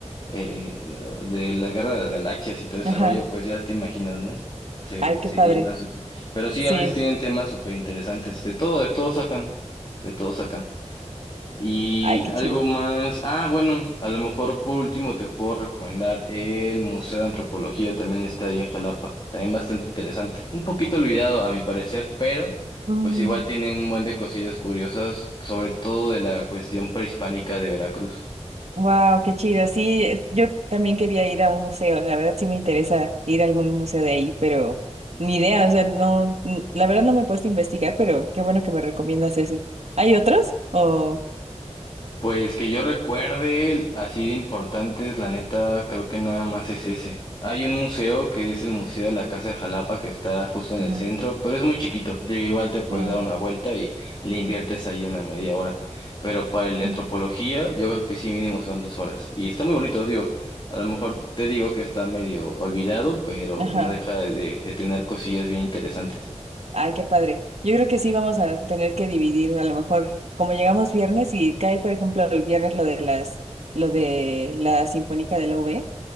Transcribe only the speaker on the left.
eh, de la Guerra de las Galaxias y todo ese
rollo, pues ya te imaginas, ¿no? Se,
se
llena súper. Pero sí,
a veces tienen temas súper interesantes. De todo, de todo sacan. De todo sacan. Y
algo
más. Ah, bueno, a lo mejor por último te puedo recomendar el Museo de Antropología, también está ahí en Jalapa, también bastante interesante. Un poquito olvidado a mi parecer, pero
pues igual tienen un buen de cosillas curiosas, sobre todo de la cuestión prehispánica de Veracruz.
Pues que yo recuerde, así de importantes, la neta, creo que nada más es ese. Hay un museo que es el Museo de la Casa de Jalapa que está justo en
el centro, pero es muy chiquito. Digo, igual te puedes
dar una vuelta y le inviertes ahí una media hora. Pero para el de
antropología, yo creo que sí mínimo son dos horas. Y está muy bonito, digo. A lo mejor te digo que está medio olvidado, pero
no deja de, de tener cosillas bien interesantes.